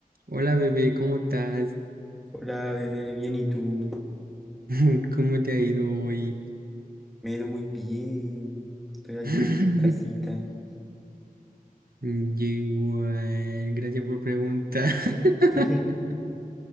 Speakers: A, on the right; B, in the centre.
A: Hola bebé, ¿cómo estás?
B: Hola, bebé, bien, ¿y tú?
A: <laughs> ¿Cómo te ha ido hoy?
B: Me he ido muy bien. Estoy aquí
A: <laughs>
B: en casita.
A: Yo igual, gracias por preguntar. <laughs>
B: <laughs>